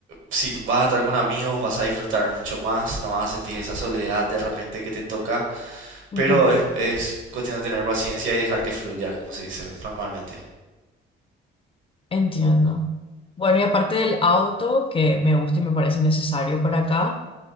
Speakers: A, on the right (about 80°); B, on the left (about 30°).
A: si vas a estar con amigos, vas a disfrutar mucho más, no vas a sentir esa soledad de repente que te toca,
B: Ujú.
A: pero es, es cuestión de tener paciencia y dejar que fluya, como se dice normalmente.
B: Entiendo. Bueno, y aparte del auto, que me gusta y me parece necesario para acá,